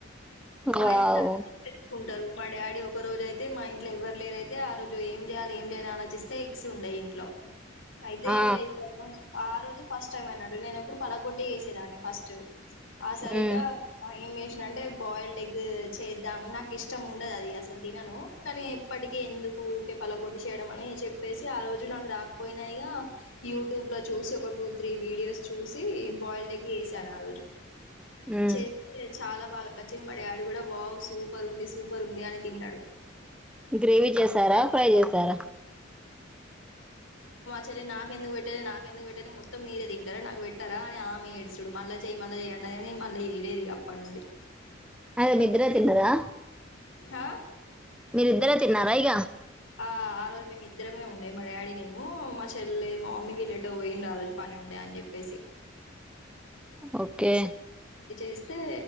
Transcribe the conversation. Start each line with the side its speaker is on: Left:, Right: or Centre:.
Left: మా
Centre: వావ్
Left: ఇంట్లో అద్ద తెచ్చుకుంటారు మా డాడీ ఒక్క రోజు అయితే మా ఇంట్లో ఎవ్వరు లేరు అయితే ఆ రోజు ఏం చేయాలి ఏం చేయాలి ఆలోచిస్తే ఎగ్స్ ఉండేయి ఇంట్లో అయితే
Centre: ఆ
Left: ఇగ ఆ రోజే ఫస్ట్ టైం అయినట్డు నేను ఎప్పుడు పలాగొట్టే చేసేదాన్ని ఫస్ట్ ఆ సారీగా
Centre: ఉమ్
Left: అంటే బాయిల్డ్ ఎగ్ చేద్దాం నాకు ఇష్టం ఉండదు అది అసలు తినను కానీ ఎప్పటికీ ఎందుకు కూకే పలగొడ్డి చేయడం అని చెప్పేసి ఆ రోజు నాకు రాకపోయినాయిగా యూట్యూబ్ లో చూసి ఒక టూ త్రీ వీడియోస్ చూసి బౌల్డ్ ఎగ్ చేసా ఆ రోజు
Centre: ఉమ్
Left: చేస్తే చాలా బాగా వచ్చంది మా డాడీ కూడా వావ్ సూపర్ ఉంది సూపర్ ఉంది అని తిన్నాడు
Centre: గ్రేవీ చేసారా ఫ్రై చేసారా
Left: సరే నాకెందుకు పెట్టాలి నాకెందుకు పెట్టాలి మొత్తం మీరే తింటా నాకు పెట్టారా అ ఆమె ఏడుచడు మల్ల చేయ మళా చేయి అని అదని మళ్ళీ వేయలేదు అప్పటి నుండి
Centre: అదే నిద్ర తిన్నదా
Left: హా
Centre: మీరిద్దరే తిన్నారా ఇగ
Left: ఆ ఆ రోజు మేము ఇద్దరమే ఉండే మడియాడి నేమ మా చెల్లే మా మమ్మీ వీలేటో పోయిండడి ఆ రోజు పని ఉండే అని చెప్పి <inaudible>
Centre: ఓకే
Left: అయితే